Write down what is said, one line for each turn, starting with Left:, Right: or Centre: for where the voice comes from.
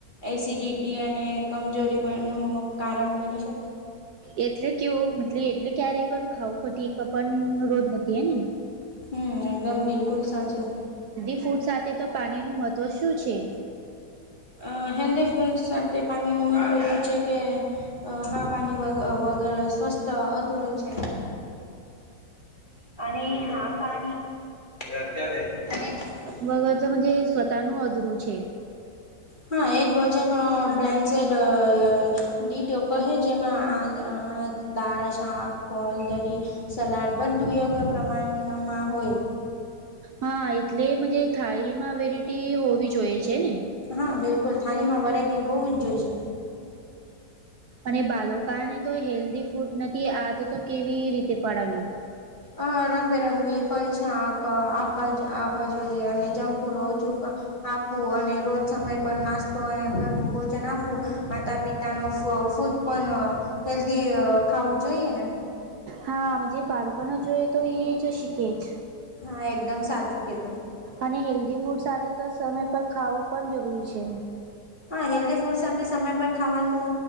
Left: એસિડિટી અને કમજોરી પણનું કારણ બની શકે.
Right: એટલે કેવ મતલબ એટલે ક્યારેય પણ ખાવું પટ પણ
Left: હમ એકદમ બિલકુલ સાચું
Right: <unintelligible> ફૂટ સાથે તો પાણીનું મહત્વ શું છે?
Left: અહ હેલ્ધી ફૂડ સાથે પાણીનું મહત્વ એવું છે કે હા પાણી વગ ગર સ્વાસ્થ તો અધુરુ છે અને હા પાણી <unintelligible>
Right: બગ <unintelligible> સ્વતનું અધુરુ છે
Left: હા, એક ભોજન બ્લેન્સેટ અહ ડીટો કહે જેમાં આ દાળ, શાક, ફલ, દહી, સલાડ, બધું યોગ્ય પ્રમાણમાં હોય.
Right: હા એટલે મજે થાળીમાં વેરાટી હોવી જોઈએ છે ને
Left: હા બિલકુલ થાનીમાં વરાયટી હોવું જ જોઈ છે.
Right: અને બાલોકાને તો હેલ્ધી ફૂડ નથી આ તો તો કેવી રીતે પડાવી
Left: અ રંગબેરંગી ફલ શાક આપવા આપવા જોઈએ અને જંક ફૂડ ઓછું આપવું અને રોજ સમય પર નાસ્તો અને ઘરનું ભોજન આપવું માતા પિતા નો ફ પણ હેલ્ધી ખાવું જોઈએ ને
Right: હા જે બાળપ ના જોય તો એ જ શીખે જ
Left: હા એકદમ સાચું કીધું.
Right: અને હેલ્ધી ફૂડ સાથે તો સમય પર ખાવું પણ જરૂરી છે.
Left: હા હેલ્ધી ફૂડ સાથે સમય પર ખાવાનું